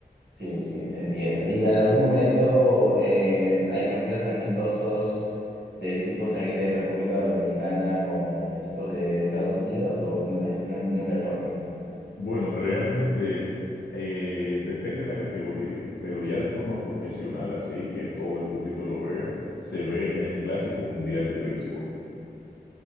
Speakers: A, on the right; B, on the left.
A: sí, sí, entiendo. Y en algún momento eh, hay partidos amistosos de equipos ahí de República Dominicana con equipos de, de Estados Unidos o nunca, nun- nunca chocan.
B: Bueno, realmente eh, depende de la categoría, pero ya de forma profesional, así que todo el público lo vea, se ve en el Clásico Mundial de Béisbol.